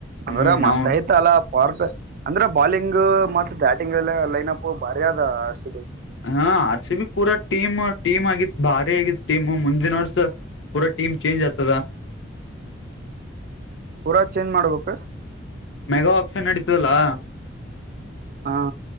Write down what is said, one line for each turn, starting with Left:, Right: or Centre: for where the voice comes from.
Right: ಅಂದ್ರೆ
Left: ಹ್ಮ್
Right: ಮಸ್ತ್
Left: ಅವನ್
Right: ಆಯ್ತ ಅಲ್ಲ ಪಾರಟ್ ಅಂದ್ರೆ ಬಾಲಿಂಗ್ ಮ ಬ್ಯಾಟಿಂಗ್ ಎಲ್ಲ ಲೈನ್ ಅಪ್ ಬಾರಿದ್ ಅಸಿದ
Left: ಹ ಆರ್ ಸಿ ಬಿ ಪೂರ ಟೀಮ್ ಟೀಮ್ ಆಗಿತ್ ಭಾರಿ ಆಗಿತ್ ಟೀಮ್ ಮುಂದಿನ ವರ್ಷ ಪೂನ ಟಮ ಚೇಂಜ ಆತ
Right: ಪೂರಾ ಚೇಂಜ್ ಮಾಡ್ಬೇಕ
Left: ಮೆಗಾ ಆಪ್ಷನ್ ನಡೀತದಲ್ಲಾ
Right: ಹಾ